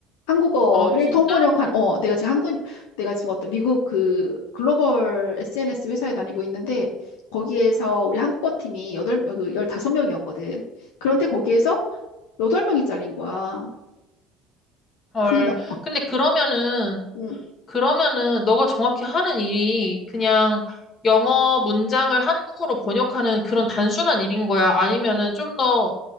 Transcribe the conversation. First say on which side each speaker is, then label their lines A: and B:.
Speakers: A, on the left; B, on the left.
A: 한국어를
B: 아, 진짜?
A: 통번역한 어 내가 지금 한국 내가 지금 어떤 미국 그 글로벌 SNS 회사에 다니고 있는데 거기에서 우리 한국어 팀이 여덟 어, 그 15명이었거든. 그런데 거기에서 여덟 명이 잘린 거야.
B: 헐.
A: 그러니까
B: 근데 그러면은,
A: 음,
B: 그러면은 너가 정확히 하는 일이 그냥 영어 문장을 한국어로 번역하는 그런 단순한 일인 거야? 아니면은 좀 더,